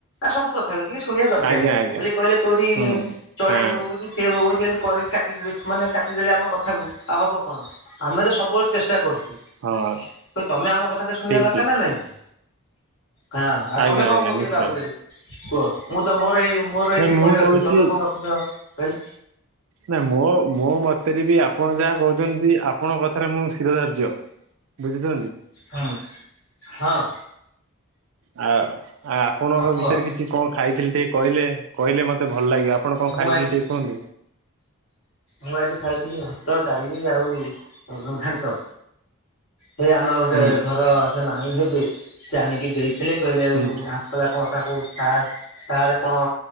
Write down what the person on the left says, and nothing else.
ସତ କଥାବି ଶୁଣିବା ଦରକାର
ଖାଲି କହିଲେ କଉଠି
ଚଢେଇ
ବୋବଉଛି। ସିଏ ବୋବଉଛି କରି କାଟିଦେଲେ ମାନେ କାଟିଦେଲେ ଆମ କଥାକୁ ଆଉ ହବ କି। କଣ ଆମେ ତ ସବୁବେଳେ ଚେଷ୍ଟା କରୁଛୁ
ତ ତମେ ଆମ କଥାଟା ଶୁଣିବା
ଦରକାର
ନା ନାଇଁ। ହଁ ଆଉ
ତମେ କଣ
କହୁଛି
ଏଇ ବାବଦରେ। କୁହ ମୁଁ ତ ମୋର ଏଇ ମୋର
ଏଇଛି
ପୁଣି ରଖି
ତମେ କଣ ରଖ। ତ କହିଲ।
ହଁ ହଁ।
ହଁ କୁହ
ମୁଁ
ଆଜି
ମୁଁ ଆଜି ଖାଇଥିଲି ଭାତ, ଡାଲି ଆଉ ଘାଣ୍ଟ। ସେ ଆମର ଗୋଟେ
ଘର ସେ ଭାଙ୍ଗି ଦେବି। ସେ ଆଣିକି ଦେଇଥିଲେ କହିଲେ ଆଉ
ଆସିଥିଲା କଣ ତା କଉ ସାର୍। ସାରେ କଣ